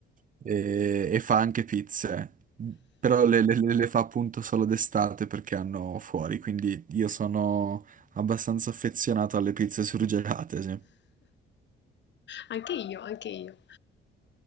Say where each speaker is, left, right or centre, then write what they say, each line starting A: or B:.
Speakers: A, on the right; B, on the left.
A: <laughs> e, e fa anche pizze. Però le, le- le le fa appunto solo d'estate perché hanno fuori, quindi io sono abbastanza affezionato alle pizze surgelate, sì.
B: Anche io, anche io.